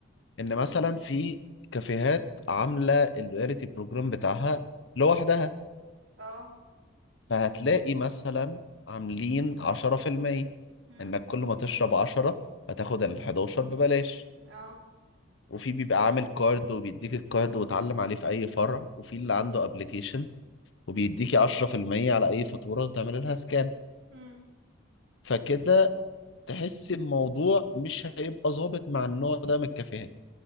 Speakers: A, on the left; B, on the right.
A: ان مثلا في كافيهات عامله اللويالتي بروجرام بتاعها لوحدها
B: اه
A: فهتلاقي مثلا عاملين 10%
B: مم.
A: انك كل ما تشرب 10 هتاخد ال 11 ببلاش
B: اه
A: وفي بيبقى عامل كارد وبيديك الكارد وتعلم عليه في اي فرع وفي اللي عنده ابلكيشن وبيديكي 10% على اي فاتوره وتعمل لها سكان
B: مم.
A: فكده تحس الموضوع مش هيبقى ظابط مع النوع ده من الكافيهات